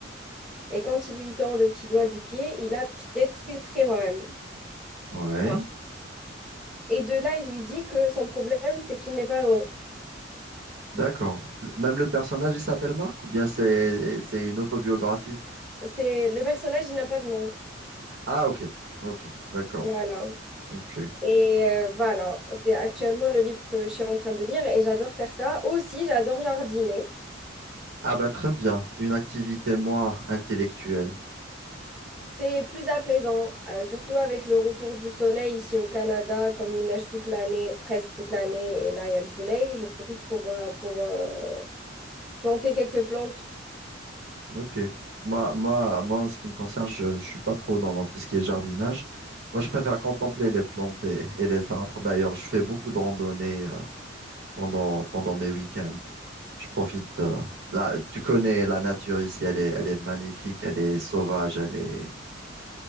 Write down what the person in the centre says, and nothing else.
Et quand il lui tord le petit doigt du pied, il a très, très, très mal.
Marc. Et de là, il lui dit que son problème, c'est qu'il n'est pas heureux.
C'est le personnage, il n'a pas de nom.
Voilà.
Et euh, voilà, c'est actuellement le livre que je suis en train de lire et j'adore faire ça. Aussi, j'adore jardiner.
C'est plus apaisant, euh, surtout avec le retour du soleil ici au Canada, comme il neige toute l'année, presque toute l'année, et là il y a le soleil. Je profite pour, euh, pour euh, planter quelques plantes